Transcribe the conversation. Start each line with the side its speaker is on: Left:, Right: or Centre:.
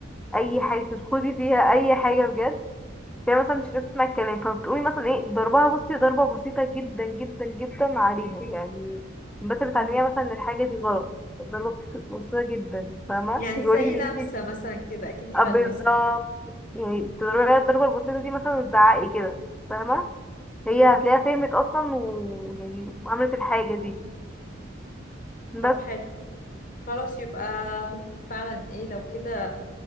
Centre: اي حاجة تشخدي فيها اي حاجة بجد هي مثلا مش هتسمع الكلام فبتقومي مثلا ايه ضربها بصي ضربة بسيطة جدا جدا جدا عليها يعني بس بتعلميها
Left: مم.
Centre: مثلا ان الحاجة دي غلط ضربة بسيطة جدا فاهمة
Left: يعني
Centre: مش بقولك
Left: زي
Centre: انك
Left: لمسة
Centre: انتي
Left: مثلا كده أكني
Centre: آه،
Left: بلمسها
Centre: بالظبط يعني تضربي الضربة البسيطة دي مثلا وتزعقي كده فاهمة هي
Left: مم.
Centre: هتلاقيها فهمت أصلا ويعني وعملت الحاجة دي
Left: طب
Centre: بس
Left: حلو خلاص يبقى ممكن فعلا ايه لو كده